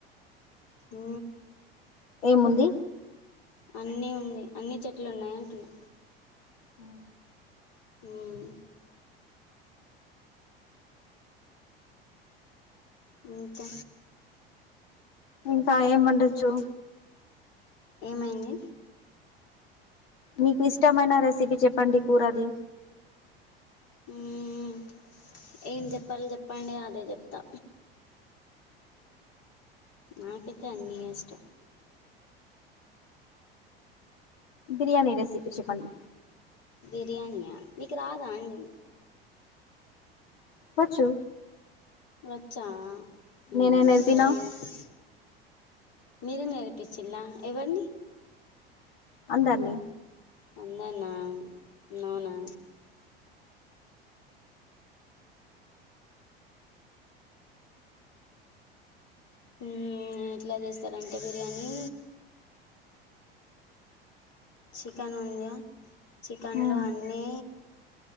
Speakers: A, on the left; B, on the left.
A: ఉ
B: ఏముంది
A: అన్నీ ఉంది అన్నిీ చెట్లు ఉన్నాయి అంటున్నా
B: ఆ
A: మ్ ఇంక
B: ఇంకా ఏం వండొచ్చు
A: ఏమైంది
B: నీకు ఇష్టమైన రెసిపీ చెప్పండి కూరది
A: ఉమ్, ఏం చెప్పలోి చెప్పండి అదే చెప్తా నాకైతే అన్ని ఇష్టం
B: బిర్యాణి రెసిపీ చెప్పంది
A: బిరియనీయా మీక రాదండి
B: వచ్చు
A: వచ్చా ఉమ్
B: నేనే నేర్పిన
A: సరే అండి మీరు నేర్పించలలా ఎవరిని
B: అందర్నీ
A: అందర్నా నవునా ఎట్లా చేస్తారంటే బిర్యానీ చికెన్ ఉంద చికెన్లో
B: ఉమ్
A: అన్నీ